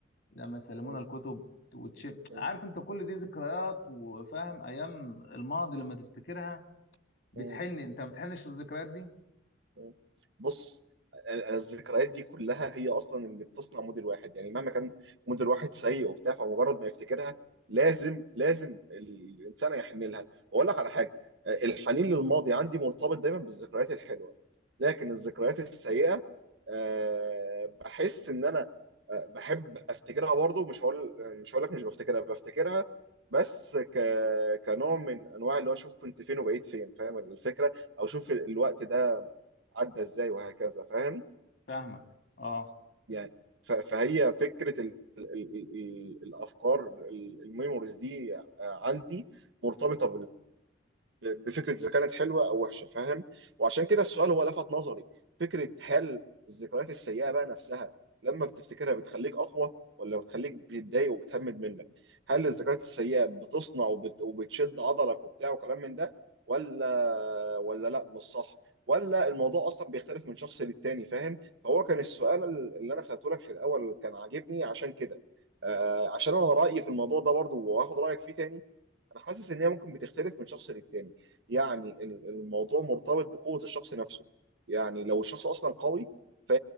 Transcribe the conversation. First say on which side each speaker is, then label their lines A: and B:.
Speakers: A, on the left; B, on the right.
A: لما يسلمونا
B: مم.
A: الكتب وتشم
B: مم.
A: عارف انت كل دي ذكريات وفاهم ايام الماضي لما تفتكرها بتحن
B: مم.
A: انت ما بتحنش الذكريات دي
B: مم. بص ال- الذكريات دي كلها هي اصلا اللي بتصنع موديل واحد يعني مهما كان موديل واحد سيء وبتاع فمجرد ما يفتكرها لازم لازم الانسان يحن لها واقول لك على حاجه آه، الحنين للماضي عندي مرتبط دايما بالذكريات الحلوه لكن الذكريات السيئه آه، بحس ان انا آه، بحب افتكرها برضو مش هقول مش هقول لك مش بفتكرها بفتكرها بس ك... كنوع من انواع اللي هو اشوف كنت فين وبقيت فين فاهم الفكره او شوف الوقت ده عدى ازاي وهكذا فاهم
A: فاهمك اه
B: يعني ف- فهي فكره ال ال ال ال الافكار ال- الميموريز دي عندي مرتبطه بفكره اذا كانت حلوه او وحشه فاهم وعشان كده السؤال هو لفت نظري فكره هل الذكريات السيئه بقى نفسها لما بتفتكرها بتخليك اقوى ولا بتخليك بتضايق وبتهمد منك هل الذكريات السيئه بتصنع وبت... وبتشد عضلك وبتاع وكلام من ده ولا ولا لا مش صح ولا الموضوع اصلا بيختلف من شخص للتاني فاهم فهو كان السؤال اللي انا سالته لك في الاول كان عاجبني عشان كده آه عشان انا رايي في الموضوع ده برضو وهاخد رايك فيه تاني انا حاسس ان هي ممكن بتختلف من شخص للتاني يعني ال- الموضوع مرتبط بقوة الشخص نفسه يعني لو الشخص أصلا قوي ف